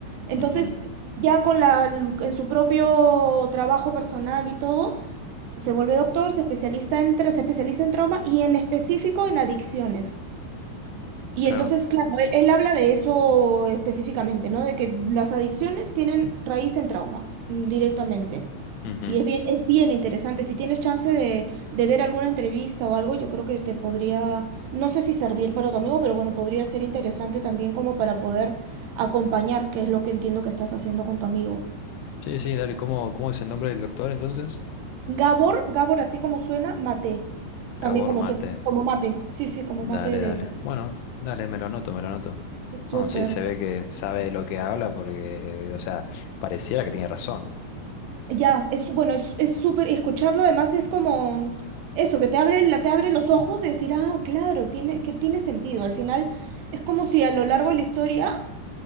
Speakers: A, on the right; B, on the left.
A: Entonces,
B: ujú,
A: ya con la, en su propio trabajo personal y todo, se vuelve doctor, se especializa en, tra- se especializa en trauma y en específico en adicciones. Y
B: claro.
A: entonces, claro, él, él habla de eso específicamente, ¿no? De que las adicciones tienen raíz en trauma mm, directamente.
B: Ujú.
A: Y es bien, es bien interesante. Si tienes chance de, de ver alguna entrevista o algo, yo creo que te podría, no sé si servir para tu amigo, pero bueno, podría ser interesante también como para poder acompañar, que es lo que entiendo que estás haciendo con tu amigo.
B: Sí, sí, dale. ¿Cómo, cómo es el nombre del doctor entonces?
A: Gabor, Gabor, así como suena, mate. También
B: Cabor
A: como
B: Mate.
A: suena, como mate. Sí, sí, como
B: Dale,
A: mate de...
B: dale. Bueno, dale, me lo anoto, me lo anoto.
A: Súper.
B: No, sí, se ve que sabe de lo que habla porque, o sea, pareciera que tiene razón.
A: Ya, es bueno, es, es súper, y escucharlo además es como eso, que te abre, la, te abre los ojos de decir, ah, claro, tiene, que tiene sentido. Al final es como si a lo largo de la historia